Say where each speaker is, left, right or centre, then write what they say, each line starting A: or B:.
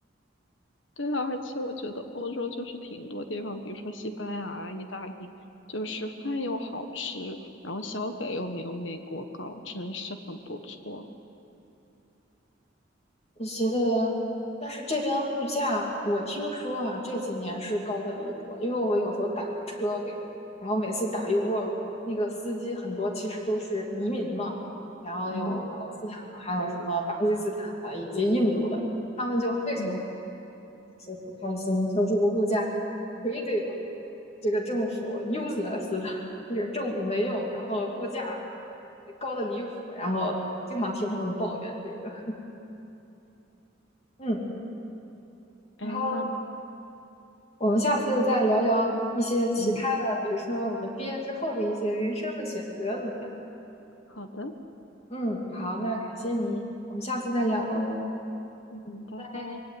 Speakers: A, on the left; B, on the left.
A: <laughs> 对啊，而且我觉得欧洲就是挺多地方，比如说西班牙啊意大利，就是饭又好吃，然后消费又没有美国高，真是很不错。
B: 你觉得，但是这边物价，我听说啊，这几年是高的离谱。因为我有时候打车给，然后每次打 Uber，那个司机很多其实都是移民嘛，然后有巴勒斯坦的，
A: 嗯
B: 还有什么巴基斯坦的，以及印度的，他们就非常
A: 嗯，
B: 就是不开心，说这个物价 crazy 了。这个政府 useless 了，就是政府没用，然后物价高的离谱，然后经常听他们抱怨这个。嗯，
A: 哎，
B: 然后
A: 那
B: 我们下次再聊聊一些其他的，
A: 嗯，
B: 比如说我们毕业之后的一些人生的选择怎么样？
A: 好的，
B: 嗯，好，那感谢你，我们下次再聊喽，
A: 拜拜，嗯，拜拜。
B: 拜拜。